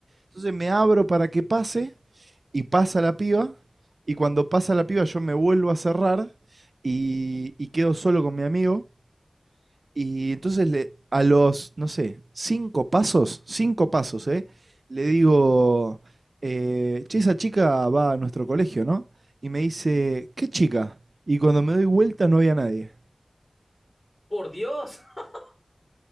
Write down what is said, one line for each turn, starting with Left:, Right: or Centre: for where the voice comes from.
Right: Entonces me abro para que pase y pasa la piba y cuando pasa la piba yo me vuelvo a cerrar y, y quedo solo con mi amigo y entonces le- a los, no sé, cinco pasos, cinco pasos, ¿eh? Le digo, eh, che, esa chica va a nuestro colegio, ¿no? Y me dice, ¿qué chica? Y cuando me doy vuelta no había nadie.
Left: ¡Por Dios! <laughs>